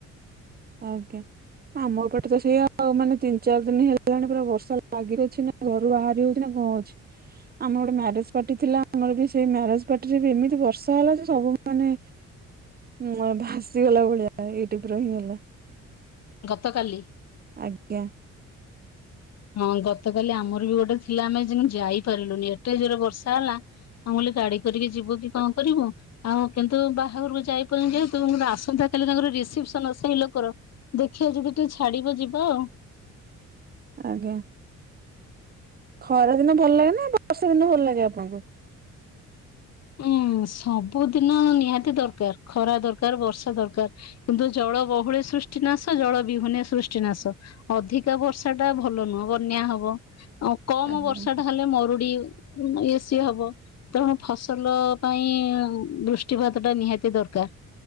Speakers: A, on the right (about 30°); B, on the left (about 60°).
A: ଆଜ୍ଞା ଆମପଟେ ତ ସେଇଆ ଆଉ ମାନେ ତିନି ଚାରି ଦିନ ହେଲାଣି ପୁରା ବର୍ଷା ଲାଗି ର ଅଛି ନା। ଘରୁ ବାହାରି ହଉଛି ନା କଣ ହଉଛି। ଆମର ଗୋଟେ ମ୍ୟାରେଜ ପାର୍ଟି ଥିଲା ଆମର ବି ସେଇ ମ୍ୟାରେଜ ପାର୍ଟିରେ ବି ଏମିତି ବର୍ଷା ହେଲା ଯେ ସବୁମାନେ ମୁଁ ଭାସିଗଲା ଭଳିଆ ଏଇଟିପ ରହିଁଗଲା।
B: ଗତକାଲି।
A: ଆଜ୍ଞା।
B: ହଁ ଗତକାଲି ଆମର ବି ଗୋଟେ ଥିଲା ଆମେ ଯେମତି ଯାଇପାରିଲୁନି ଏତେ ଜୋର ବର୍ଷା ହେଲା। ମୁଁ କିହିଲି ଗାଡି କରିକି ଯିବୁ କି କଣ କରିବୁ। ଆଉ କିନ୍ତୁ ବାହାଘରକୁ ଯାଇପାରିନୁ ଯେ ଆସନ୍ତା କାଲି ତାଙ୍କର ରିସେପସନ ସେଇ ଲୋକର। ଦେଖିବା ଯଦି ଟିକେ ଛାଡିବ ଯିବା ଆଉ।
A: ଆଜ୍ଞା ଖରା ଦିନ ଭଲ ଲାଗେ ନା ବର୍ଷା ଦିନ ଭଲ ଲାଗେ ଆପଣଙ୍କୁ?
B: ଉୁଁ ସବୁଦିନ ନିହାତି ଦରକାର ଖରା ଦରକାର ବର୍ଷା ଦରକାର। କିନ୍ତୁ ଜଳ ବହୁଳେ ସୃଷ୍ଟିନାଶ ଜଳ ବିହୁନେ ସୃଷ୍ଟିନାଶ। ଅଧିକା ବର୍ଷା ଟା ଭଲ ନୁହଁ ବନ୍ୟା ହବ ଆଉ କମ
A: ଆଜ୍ଞା
B: ବର୍ଷା ଟା ହେଲେ ମରୁଡି ଇ ଏ ସି ହବ ତେଣୁ ଫସ ଫସଲ ପାଇଁ ବୃଷ୍ଟିପାତ ଟା ନିହାତି ଦରକାର।